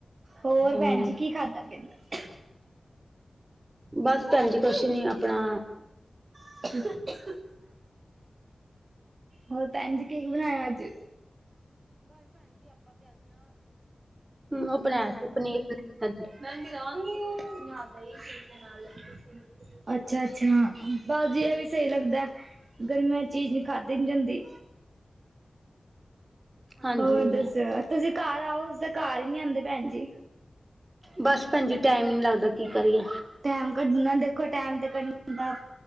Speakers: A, on the right (about 60°); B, on the right (about 30°).
A: ਹੋਰ
B: ਨੂੰ।
A: ਭੈਨ ਜੀ ਕੀ ਖਾਧਾ ਪੀਤਾ।
B: ਬਸ ਭੈਨ ਜੀ ਕੁਛ ਨੀਅਪਨਾ
A: <unintelligible> ਹੋਰ ਭੈਨ ਜੀ ਕੀ ਬਨਾਇਆ ਅੱਜ
B: ਔਹ ਬਨਾਇਆ ਸੀ ਪਨੀਰ ਬਨਾਇਆ।
A: ਮੈਂਦੀ ਰਾਂਗੀ ਨਾ ਦਹੀਂ ਸੀ ਨਾ ਲੱਸੀ ਸੀ। ਅੱਛਾ, ਅੱਛਾ ਬਸ ਜੀ ਐ ਵੀ ਸਹੀ ਲੱਗਦਾ ਗਰਮੀਆਂ ਚੀਜ਼ ਨਹੀਂ ਖਾਦੀ ਨੀ ਜੈਂਦੀ।
B: ਹਾਂਜੀ
A: ਹੋਰ
B: ਹਾਂਜੀ
A: ਦੱਸ ਤੁਸੀਂ ਘਰ ਆਔ ਤੁਸੀ ਘਰ ਹੀ ਨਹੀਂ ਆਂਦੇ ਭੈਨ ਜੀ।
B: ਬਸ ਭੈਨ ਜੀ ਟੈਮ ਹੀ ਨਹੀਂ ਲੱਗਦਾ ਕੀ ਕਰੀਏ।
A: ਟੈਮ ਕੱਢਨਾ ਦੇਖੋ ਟੈਮ ਤੇ ਕੱਢ ਪੈਗਾ